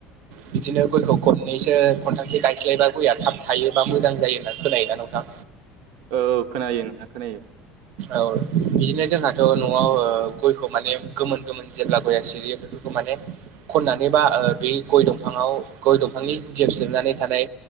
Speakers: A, on the right (about 55°); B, on the right (about 80°).
A: बिदिनो गयखौ खननैसो खनथामसो गायस्लायबा गयआ थाब थाइयो बा मोजां जायो होनना खोनायोना नोंथां?
B: औ खोनायो नोंथां खोनायो।
A: औ बिदिनो जोंहाथ' न'आव ओ गयखौ माने गोमोन गोमोन जेब्ला गयआ सिरियो बेफोरखौ माने खननानै बा ओ बे गय दंफाङाव गय दंफांनि गुदियाव सिरिनानै थानाय